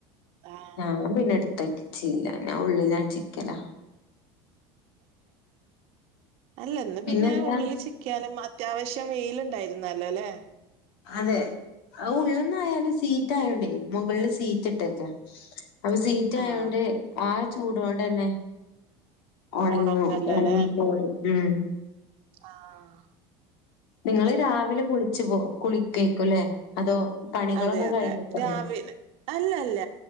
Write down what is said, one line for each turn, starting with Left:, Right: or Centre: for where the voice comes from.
Right: ആഹ്
Left: ഞാൻ പിന്നെ എടുത്തച്ചീല്ല ഞാൻ ഉള്ളിലാ ചിക്കല
Right: അല്ലന്ന്
Left: പിന്നെന്താ
Right: പിന്നെ ഉള്ളിൽ ചിക്കിയാലും അത്യാവശ്യം വെയിലുണ്ടായിരുന്നല്ലോ അല്ലെ
Left: അതെ ആ ഉള്ളന്നായാലും ഷീറ്റായോണ്ടേ.. മുകളില് ഷീറ്റ് ഇട്ടേക്കുവാ.. അത് ഷീറ്റ് ആയോണ്ട്
Right: ആഹ്
Left: ആ ചൂടോണ്ടന്നെ ഒണ്ങ്ങും
Right: ഒണങ്ങല്ലോല്ലേ
Left: ഒൺങ്ങിക്കോളും ഉം
Right: ആഹ്
Left: നിങ്ങള് രാവിലെ കുളിച് പോ കുളിക്കേക്കുല്ലേ അതോ പണികളൊക്കെ
Right: അതെ അതെ
Left: കഴിഞ്ഞിട്ടാണോ?
Right: രാവിലെ അല്ല അല്ല